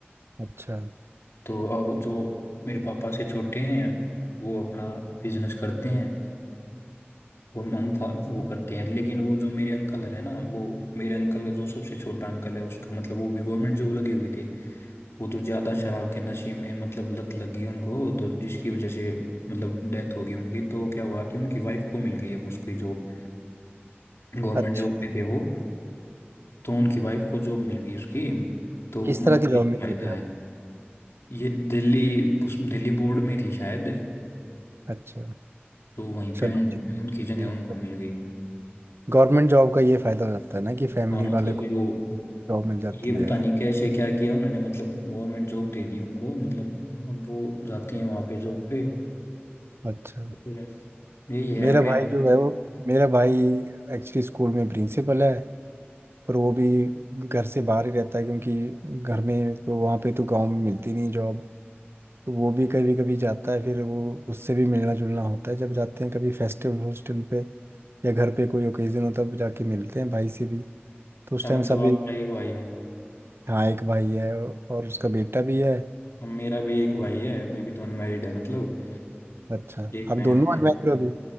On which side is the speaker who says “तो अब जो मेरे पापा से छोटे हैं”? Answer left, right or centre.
Left